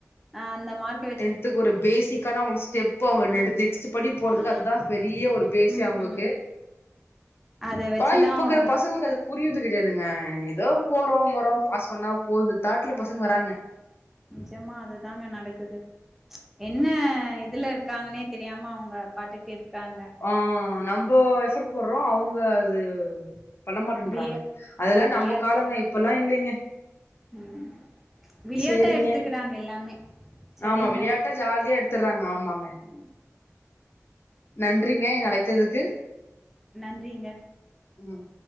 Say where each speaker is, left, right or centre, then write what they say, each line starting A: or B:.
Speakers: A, in the centre; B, on the left.
A: அ அந்த மார்க்
B: டென்த்து குரு பேஸிக்கான அவுங்களுக் ஸ்டெப்பு அவுங்க
A: ஆ
B: நெடு நெக்ஸ்ட்டு படி போறதுக்கு
A: ஆ
B: அத்தா பெரிய ஒரு பேஸே
A: ம்
B: அவுங்களுக்கு
A: ம் அத வச்சுதா
B: வாய் இப்பிக்கிற
A: அவங்க
B: பசங்களுக்கு அது புரியிது கெடையாதுங்க எதோ
A: ஆமாங்க
B: போறோ வரோம் பாஸ் பண்ணா போது தாட்ல பசங்க வராங்க
A: நெஜமா அதுதாங்க நடக்குது என்ன இதுல இருக்காங்கன்னே தெரியாம அவ்ங்க பாட்டுக்கு இருக்காங்க
B: அ நம்போ எஃபோட் போட்றோ அவ்ங்க அது பண்ணமாட்டேன்றாங்க
A: விளையா
B: அதெல்லா
A: ஆ விளையாட்டு
B: நம்ப காலங்க இப்பெல்லா இல்லைங்க
A: ம் விளையாட்டா
B: சேரிங்க
A: எடுத்துக்கறாங்க எல்லாமே சரிங்க
B: ஆமா விளையாட்டா ஜாலியா எடுத்துர்றாங்க ஆமாங்க
A: ம்
B: நன்றிங்க எனை அழை த்துக்கு
A: நன்றிங்க
B: ம்